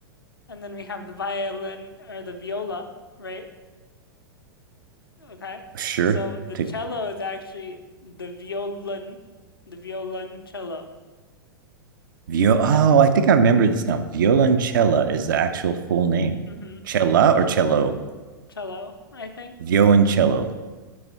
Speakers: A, on the left; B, on the right.
A: and then we have the violin or the viola right? Okay.
B: Sure.
A: So the
B: To
A: cello is actually the violin, the violoncello.
B: vio Oh, I think I remember this now. Violoncella is the actual full name.
A: Mm-hmm.
B: Cella or cello?
A: Cello, I think.
B: Violoncello.